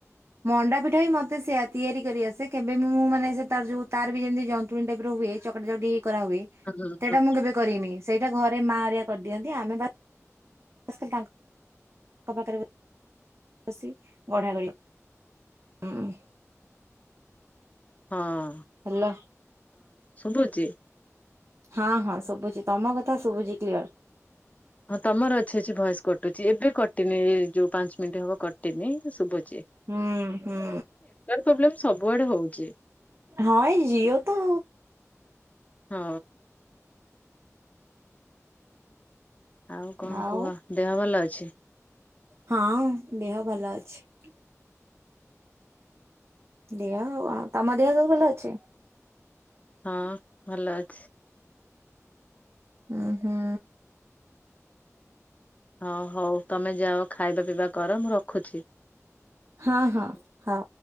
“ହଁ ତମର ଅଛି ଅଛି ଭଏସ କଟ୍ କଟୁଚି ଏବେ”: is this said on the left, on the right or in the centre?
Left